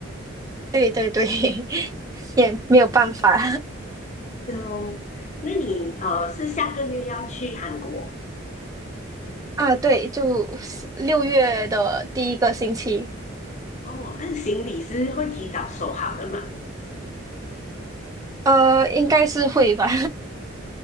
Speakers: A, on the right (about 20°); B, on the left (about 35°).
A: 对对对，<laughs> 也没有办法
B: 哦。那你呃是下个月要去韩国
A: <laughs> 啊。对，就六月的第一个星期。
B: 哦？那行李是会提早收好的吗？
A: 呃，应该是会吧。